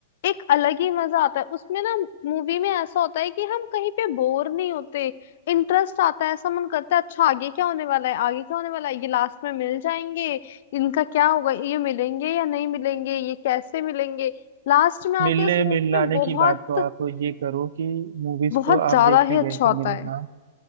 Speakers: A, on the left; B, on the right.
A: एक अलग ही मजा आता है उसमें ना मूवी में ऐसा होता है कि हम कहीं पे बोर नहीं होते इंटरेस्ट आता है ऐसा मन करता है अच्छा आगे क्या होने वाला है आगे क्या होने वाला है ये लास्ट में मिल जाएंगे इनका क्या होगा ये मिलेंगे या नहीं मिलेंगे ये कैसे मिलेंगे लास्ट में आके
B: मिलने
A: उस मूवी
B: मिलाने
A: में बहुत
B: की बात तो आप ये करो कि मूवीज
A: बहुत
B: तो आप
A: ज्यादा
B: देखने
A: ही अच्छा
B: गए थे
A: होता
B: मेरे
A: है
B: साथ